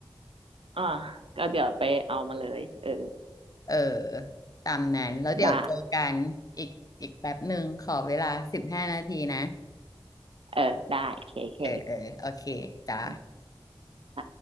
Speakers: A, on the right; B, on the left.
A: อ่าก็เดี๋ยวไปเอามาเลยเออ
B: เออตามนั้นแล้วเดี๋ยวเจอกันอีกอีกแป๊บหนึ่งขอเวลาสิบห้านาทีนะ
A: ได้เออได้เคเค
B: เออเออโอเคจ้า
A: อืมไป